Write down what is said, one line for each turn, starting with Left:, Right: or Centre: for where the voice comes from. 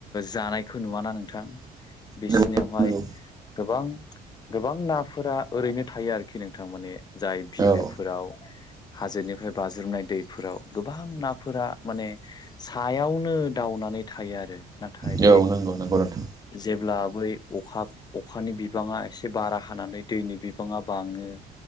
Left: जानायखौ नुवाना नों थां बिसिनियावहाय
Right: नंगौ नंगौ
Left: गोबां गोबां नाफोरा ओरैनो थायो आरोखि नोंथां माने जाय बिलोफोराव
Right: औ
Left: हाजोनिफ्राय बाज्रुमनाय दैफोराव गोबां ना फोरा माने सायावनो दावनानै थायो आरो नाथाय
Right: औ
Left: बे
Right: नंगौ नंगौ नोंथां
Left: जेब्ला बै अखा अखानि बिबाङा एसे बारा हानानै दैनि बिबाङा बाङो